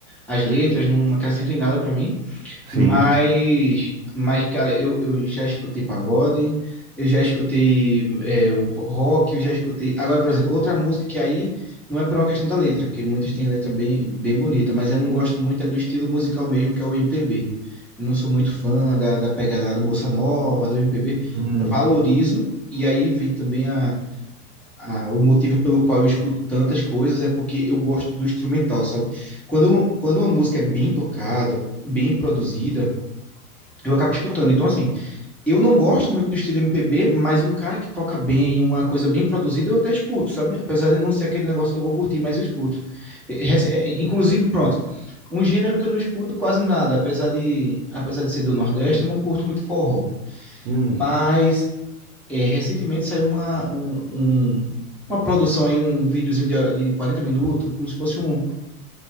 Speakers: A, in the centre; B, on the right.
A: as letras não acrescentam em nada pra mim.
B: Sim.
A: Mas, mas cara, eu, eu já escutei pagode, eu já escutei é, o rock, eu já escutei. Agora, por exemplo, outra música que aí não é por uma questão da letra, porque muitas têm letra bem, bem bonita, mas eu não gosto muito é do estilo musical mesmo, que é o MPB. Eu não sou muito fã da, da pegada do Bossa Nova, do MPB.
B: Hum.
A: Valorizo, e aí vem também a, a, o motivo pelo qual eu escuto tantas coisas, é porque eu gosto do instrumental, sabe? Quando, quando uma música é bem tocada, bem produzida, eu acabo escutando. Então, assim, eu não gosto muito do estilo MPB, mas um cara que toca bem, uma coisa bem produzida, eu até escuto, sabe? Apesar de não ser aquele negócio que eu vou curtir, mas eu escuto. Eh, rec- eh, Inclusive, pronto, um gênero que eu não escuto quase nada, apesar de, apesar de ser do Nordeste, eu não curto muito forró.
B: Hum.
A: Mas eh, recentemente saiu uma, um, um- uma produção aí, um videozinho de, de 40 minutos, como se fosse um,